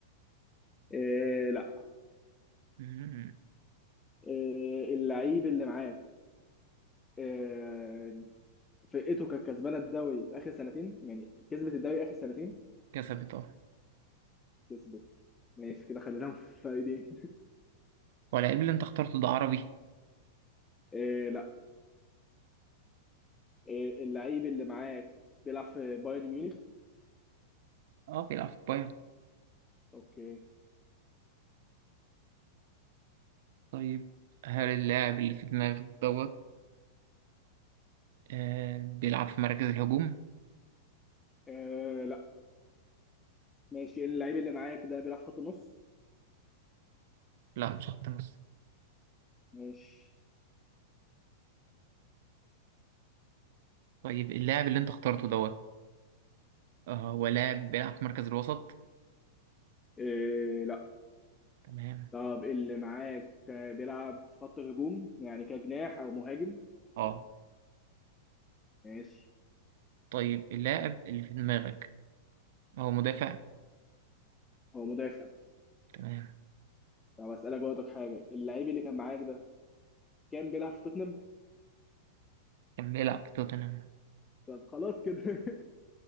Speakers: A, on the left; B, on the right.
A: آه لا
B: مم،
A: آه اللعيب اللي معاك آه، فرقته كانت كسبانه الدوري في اخر سنتين يعني كسبت الدوري اخر سنتين
B: كسبت اه
A: كسبت ماشي كده خليناهم في فريقين
B: واللعيب اللي انت اخترته ده عربي
A: <laughs> إيه لا إيه اللعيب اللي معاك بيلعب في بايرن ميونخ
B: اه بيلعب في بايرن
A: اوكي
B: طيب هل اللاعب اللي في دماغك دوت آه بيلعب في مركز الهجوم
A: إيه لا ماشي اللعيب اللي معاك ده بيلعب في خط النص
B: لا مش خط نص
A: ماشي
B: طيب اللاعب اللي انت اخترته دوت آه هو لاعب بيلعب في مركز الوسط
A: إيه لا
B: تمام
A: طب اللي معاك آه، بيلعب في خط الهجوم يعني كجناح او مهاجم
B: اه
A: ماشي
B: طيب اللاعب اللي في دماغك هو مدافع
A: هو مدافع
B: تمام
A: طب اسالك برضك حاجه اللعيب اللي كان معاك ده كان بيلعب في توتنهام
B: كان بيلعب في توتنهام
A: طب خلاص كده